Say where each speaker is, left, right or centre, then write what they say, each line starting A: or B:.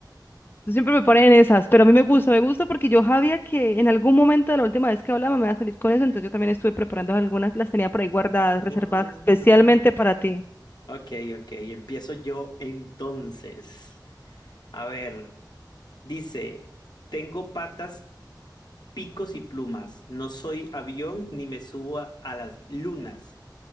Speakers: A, on the left (about 25°); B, on the left (about 65°).
A: Tú Siempre me ponen en esas, pero a mí me gusta, me gusta porque yo sabía que en algún momento de la última vez que hablaba me iba a salir con eso, entonces yo también estuve preparando algunas, las tenía por ahí guardadas,
B: Ah,
A: reservadas especialmente para ti.
B: Ok, ok, empiezo yo entonces. A ver, dice, tengo patas, picos y plumas. No soy avión ni me subo a a las lunas.